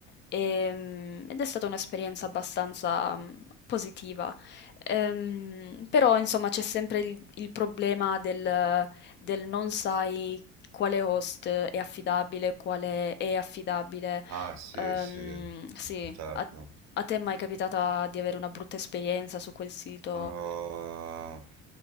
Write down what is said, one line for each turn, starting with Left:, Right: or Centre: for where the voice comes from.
Left: Ehm, ed è stata un'esperienza abbastanza mh, positiva. Ehm, però, insomma, c'è sempre il, il problema del, del non sai quale host è affidabile, quale è affidabile.
Right: ah, sì,
Left: Ehm,
Right: sì,
Left: sì,
Right: certo.
Left: a, a te è mai capitata di avere una brutta esperienza su quel sito?
Right: Uh,